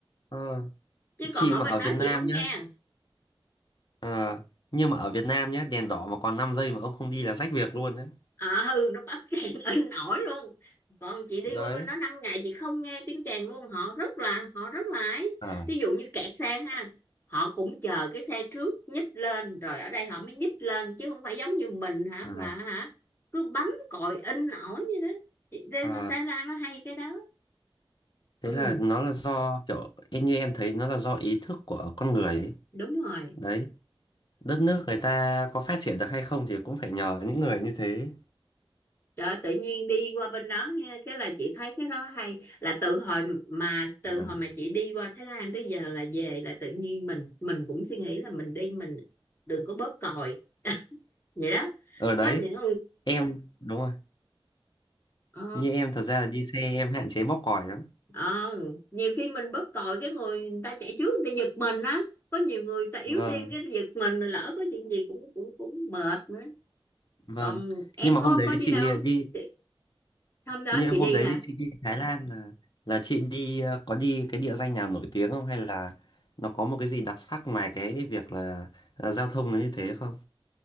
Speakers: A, on the left; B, on the left.
A: Ờ,
B: chứ
A: chị
B: còn ở
A: mà
B: bên
A: ở
B: đó
A: Việt Nam
B: chị không
A: nhá.
B: nghe
A: Ờ, nhưng mà ở Việt Nam nhá, đèn đỏ mà còn 5 giây mà ông không đi là rách việc luôn đấy.
B: à ừ nó bắp càng <laughs> in ỏi luôn còn chị đi
A: Đấy.
B: qua bên đó 5 ngày chị không nghe tiếng Tràn luôn họ rất là họ rất là ấy
A: Ờ,
B: ví dụ như kẹt xe ha họ cũng chờ cái xe trước nhích lên rồi ở đây họ mới nhích lên chứ không phải giống như mình hả
A: ờ,
B: mà hả cứ bấm còi in ỏi như đó Thì Thái
A: ờ.
B: Thái Lan nó hay cái đó
A: Thế
B: ừ,
A: là nó là do kiểu em như em thấy nó là do ý thức của con người ấy.
B: đúng rồi
A: Đấy, đất nước
B: Ừ.
A: người ta có phát triển được hay không thì cũng phải nhờ những người như thế.
B: Đó, tự nhiên đi qua bên đó nha cái là chị thấy cái đó hay là từ hồi mà từ
A: Ừ.
B: hồi mà chị đi qua Thái Lan tới giờ là về là tự nhiên mình mình cũng suy nghĩ là mình đi mình đừng có bóp còi vậy đó
A: Ở đấy,
B: có những
A: em đúng rồi,
B: ờ,
A: như em thật ra đi xe em hạn chế bóp còi lắm.
B: ờ, nhiều khi mình bóp còi cái người, người ta chạy trước người ta giật mình á có nhiều người ta yếu
A: Vâng,
B: tim cái giật mình lỡ có chuyện gì cũng cũng cũng mệt nữa
A: vâng.
B: còn em
A: Nhưng mà
B: có
A: hôm đấy
B: có đi
A: chị
B: đâu
A: đi
B: không hôm đó
A: như
B: chị
A: hôm
B: đi
A: đấy
B: hả
A: chị đi Thái Lan là là chị đi ờ, có đi cái địa danh nào nổi tiếng không hay là nó có một cái gì đặc sắc ngoài cái việc là, là giao thông nó như thế không?